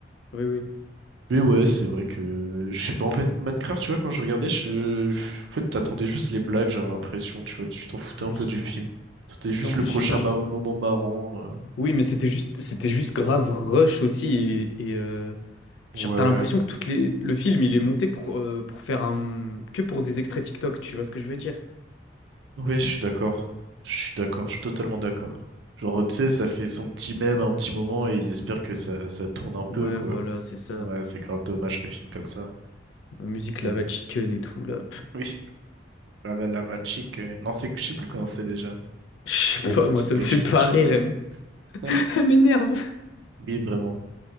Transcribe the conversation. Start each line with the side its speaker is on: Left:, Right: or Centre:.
Left: Oui, oui.
Right: Mais ouais, c'est vrai que je sais pas en fait
Left: Ouais, mais-
Right: Minecraft, tu vois quand je regardais, je en fait t'attendais juste les blagues, j'avais l'impression, tu vois, tu t'en foutais
Left: Oui.
Right: un peu du film. C'était juste
Left: Puis en plus,
Right: le prochain
Left: je sais pas, genre.
Right: ma- moment
Left: euh,
Right: marrant. euh.
Left: Oui, mais c'était juste, c'était juste grave rush aussi. Et, et, euh,
Right: Ouais.
Left: genre, t'as l'impression que toutes les, le film, il est monté pour, euh, pour faire un. que pour des extraits TikTok, tu vois ce que je veux dire?
Right: Ouais, je suis d'accord. Je suis d'accord, je suis totalement d'accord. Genre tu sais, ça fait son petit mème à un petit moment et ils espèrent que ça ça tourne un peu
Left: Ouais,
Right: quoi.
Left: voilà, c'est ça.
Right: Ouais, c'est grave dommage le film comme ça.
Left: La musique
Right: Mais
Left: Lava Chicken et tout, là.
Right: oui, lava lava chick. euh, Non, c'est je sais plus comment c'est déjà.
Left: Je sais pas, moi,
Right: Chica
Left: ça me fait
Right: chick
Left: pas
Right: chick.
Left: rire. Elle m-
Right: <laughs>
Left: <laughs> elle m'énerve.
Right: Oui, vraiment.